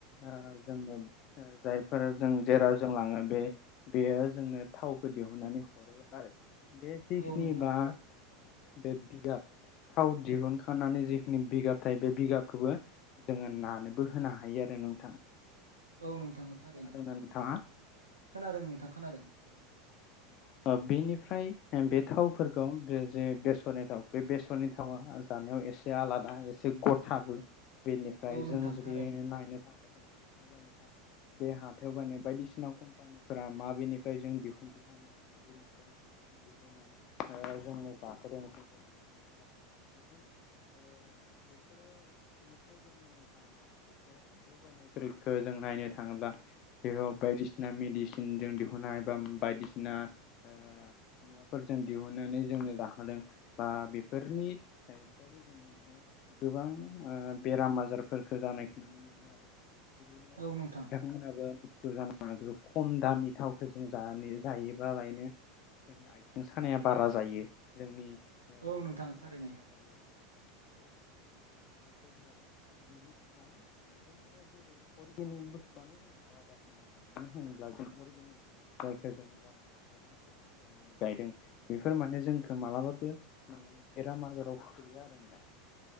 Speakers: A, on the left; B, on the right.
A: ओ जोंनो जायफोर जों जेराव जों लाङो बे बेयो जोंनो थावखौ दिहुननानै हरो आरो बेसिक्सनि
B: औ नोंथां
A: बा बे बिगाब थाव दिहुनखनानै जिखिनि बिगाब थायो बे बिगाबखौबो जोङो नानोबो होनो हायो आरो नोंथां।
B: औ नों ओं थारैनो
A: खोनादोंना नोंथाङा?
B: खोनादों नोंथां। खोनादों।
A: ओ बेनिफ्राय ओ बे थावफोर खाव बे जे बेसरनि थाव बे बेसरनि थावा ओ जानायाव एसे आलादायै एसे गथाबो। बेनिफ्राय
B: औ
A: जों
B: नोंथां
A: जुदि
B: थारैनो
A: नायनो थां ओ थां खुलुमबाय नोंथां बे हाथायाव बायनाय बायदिसिना कम्पानिफोरा माबेनिफ्राय जों दिहुन बिथांमोना माबेनिफ्राय दिहुननानै जोंनो जाहोदों जोंखौ बेखौ मिथिला जों ओ बेफोरो मेथाइ जों नायनो थाङोब्ला बेफोर हाथायाव बायनायफोरखो जों नायनो थाङोब्ला बेयाव बायदिसिना मिदिसिन जों दिहुन्नो हायो एबा बायदिस ना ओ मुवाफोरजों दिहुननानै जों लाखादों बा बेफोरनि हायफोरबो जोङो माने गोबां ओ बेराम आजारफोरखो जानायखो नुनो मोनो आरो बिदिनो
B: औ नोंथां
A: नोंथांमोनाबो ओ जानो हागो खम दामि थावखौ जों जानोस जायोबालायनो जोंनि आइथें सानाया बारा जायो जोंनि ओ
B: औ
A: खर'
B: नोंथां
A: सानाया
B: थारैनो
A: बारा जायो। औ बेबायदिनो आरो बे उम माने जोंनिया जेरै अर्गेनिक बुस्थुआनो जों आलादा होननांगोन मानो होनोब्ला जों अर्गेनिक जाय ओ जों गावनि आखाइजों खुरख' खालामनानै गायदों बेफोर माने जोंखौ मालाबाबो माने बेराम आजाराव खोयो आरो दा